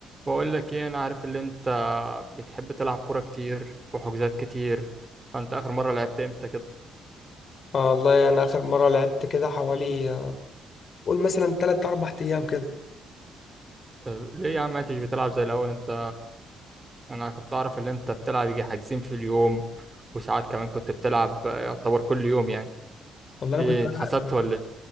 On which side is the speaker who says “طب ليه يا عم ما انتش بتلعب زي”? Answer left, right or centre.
Right